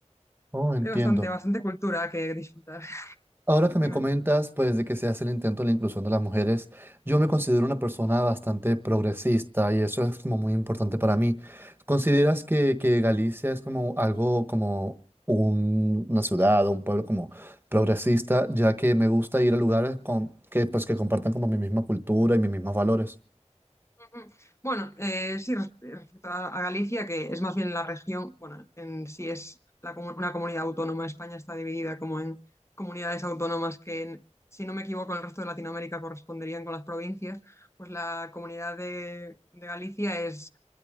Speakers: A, on the right; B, on the left.
A: Oh, entiendo.
B: Hay bastante, bastante cultura que disfrutar. <laughs>
A: Ahora que me
B: Dime.
A: comentas, pues, de que se hace el intento de la inclusión de las mujeres, yo me considero una persona bastante progresista y eso es como muy importante para mí. ¿Consideras que, que Galicia es como algo, como un- una ciudad o un pueblo como progresista, ya que me gusta ir a lugares con, que, pues, que compartan como mi misma cultura y mis mismos valores?
B: Mm. Bueno, eh, sí, res- respecto a, a Galicia, que es más bien la región, bueno, en sí es la comu- una comunidad autónoma, España está dividida como en comunidades autónomas que, en- si no me equivoco, en el resto de Latinoamérica corresponderían con las provincias, pues la comunidad de, de Galicia es,